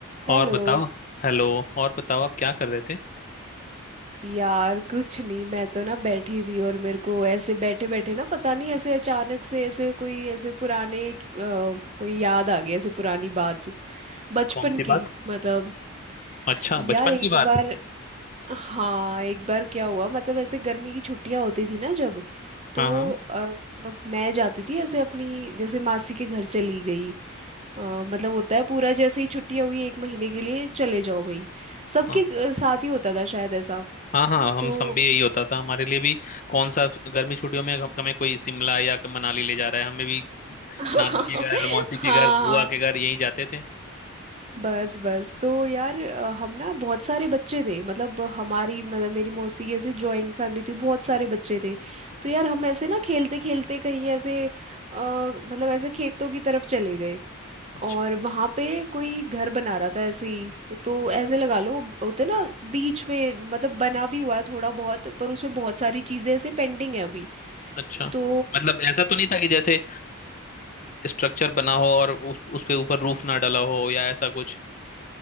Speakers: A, on the right; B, on the left.
A: Hello
B: और बताओ हेलो और बताओ आप क्या कर रहे थे
A: यार कुछ नहीं मैं तो ना बैठी थी और मेरे को ऐसे बैठे बैठे ना पता नहीं ऐसे अचानक से ऐसे कोई ऐसे पुराने क- अ, कोई याद आ गई ऐसे पुरानी बात बचपन
B: कौन सी
A: की
B: बात
A: मतलब
B: अच्छा
A: यार
B: बचपन
A: एक
B: की बात
A: बार हाँ एक बार क्या हुआ मतलब ऐसे गर्मी की छुट्टियां होती थी ना जब तो
B: हाँ हाँ
A: अ, अब मैं जाती थी ऐसे अपनी जैसे मासी के घर चली गई अ, मतलब होता है पूरा जैसे ही छुट्टियां हुई एक महीने के लिए चले जाओ भाई सबके
B: हाँ
A: अ, साथ ही होता था शायद ऐसा
B: हाँ हाँ हम
A: तो
B: सब भी यही होता था हमारे लिए भी कौन सा गर्मी छुट्टियों में हम- हमें कोई शिमला या मनाली ले जा रहा है हमें भी
A: <laughs>
B: नानी के घर मौसी
A: हाँ
B: के घर बुआ के घर यही जाते थे
A: बस बस तो यार अ, हम ना बहुत सारे बच्चे थे मतलब हमारी मतलब मेरी मौसी की ऐसे जॉइंट फैमिली थी बहुत सारे बच्चे थे तो यार हम ऐसे ना खेलते खेलते कहीं ऐसे अ, मतलब ऐसे खेतों की तरफ चले गए
B: अच्छा
A: और वहाँ पे कोई घर बना रहा था ऐसे ही तो ऐसे लगा लो होते ना बीच में मतलब बना भी हुआ है थोड़ा बहुत पर उसमें बहुत सारी चीज़ें ऐसे पेंडिंग है अभी
B: अच्छा
A: तो
B: मतलब ऐसा तो नहीं था कि जैसे स्ट्रक्चर बना हो और उस उस पे ऊपर रूफ ना डला हो या ऐसा कुछ